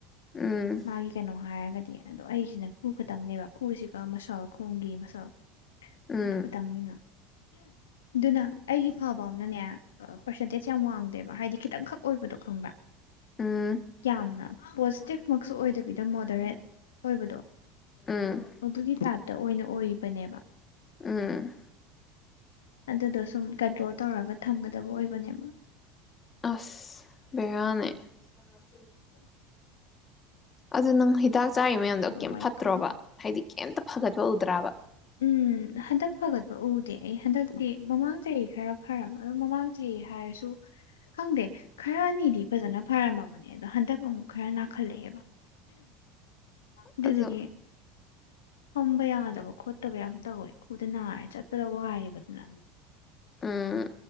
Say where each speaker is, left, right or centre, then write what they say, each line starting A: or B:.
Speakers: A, on the left (about 30°); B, on the left (about 80°).
A: ꯎꯝ
B: ꯃꯥꯒꯤ ꯀꯩꯅꯣ ꯍꯥꯏꯔꯒꯗꯤ ꯑꯗꯣ ꯑꯩꯁꯤꯅ ꯈꯨ ꯈꯠꯇꯪꯅꯦꯕ ꯈꯨꯁꯤꯒ ꯃꯁꯜ ꯀꯣ ꯈꯣꯡꯒꯤ ꯃꯁꯜ
A: ꯎꯝ
B: ꯑꯗꯨꯒ ꯇꯪꯅꯤꯅ ꯑꯗꯨꯅ ꯑꯩꯒꯤ ꯐꯕ ꯑꯃꯅꯅꯦ ꯄꯔꯁꯦꯟꯇꯦꯖ ꯌꯥꯝ ꯋꯥꯡꯗꯦꯕ ꯍꯥꯏꯗꯤ ꯈꯤꯇꯪꯈꯛ ꯑꯣꯏꯕꯗꯣ ꯈꯪꯕ꯭ꯔꯥ
A: ꯎꯝ
B: ꯀꯌꯥꯝꯅ ꯄꯣꯖꯤꯇꯤꯚꯃꯨꯛꯁꯨ ꯑꯣꯏꯗꯕꯤꯗ ꯃꯣꯗꯔꯦꯠ ꯑꯣꯏꯕꯗꯣ
A: ꯎꯝ
B: ꯑꯗꯨꯒꯤ ꯇꯥꯏꯞ ꯑꯣꯏꯅ ꯑꯣꯏꯔꯤꯕꯅꯦꯕ
A: ꯎꯝ
B: ꯑꯗꯨꯗꯁꯨꯝ ꯀ꯭ꯔꯣꯜ ꯇꯧꯔꯒ ꯊꯝꯒꯗꯕ ꯑꯣꯏꯕꯅꯦꯕ
A: ꯑꯁ ꯕꯦꯔꯅꯦ <unintelligible>
B: ꯎꯝ
A: ꯑꯗꯨꯗ ꯅꯪ ꯍꯥꯏ ꯍꯤꯗꯥꯛ ꯆꯥꯔꯤꯕ ꯃꯌꯥꯝꯗꫭ ꯀꯩꯝ
B: ꯋꯥꯏꯀꯣ
A: ꯐꯠꯇ꯭ꯔꯣꯕ ꯍꯥꯏꯗꯤ ꯀꯌꯤꯝꯇ ꯐꯒꯠꯄ ꯎꯗ꯭ꯔꯥꯕ
B: ꯎꯝ ꯍꯟꯗꯛ ꯐꯒꯠꯄ ꯎꯗꯦ ꯑꯩ ꯍꯟꯗꯛꯇꯤ ꯃꯃꯥꯡ ꯆꯍꯤ ꯈꯔ ꯐꯔꯝꯃ ꯑꯗꯣ ꯃꯃꯥꯡ ꯆꯍꯤ ꯍꯥꯏꯔꯁꯨ ꯈꯪꯗꯦ ꯈꯔ ꯑꯅꯤꯗꯤ ꯐꯖꯅ ꯐꯔꯝꯃꯕꯅꯦ ꯑꯗꯣ ꯍꯟꯗꯛ ꯑꯃꯨꯛ ꯈꯔ ꯅꯥꯈꯠꯂꯛꯑꯦꯕ ꯑꯗꯨꯗꯨꯒꯤ
A: ꯑꯗꯨ
B: ꯐꯝꯕ ꯌꯥꯗꯕ ꯈꯣꯠꯇꯕ ꯌꯥꯝ ꯇꯧꯋꯦ ꯈꯨꯨꯗ ꯅꯥꯔꯦ ꯆꯠꯄꯗ ꯋꯥꯏꯑꯦꯕ ꯑꯗꯨꯅ
A: ꯎꯝ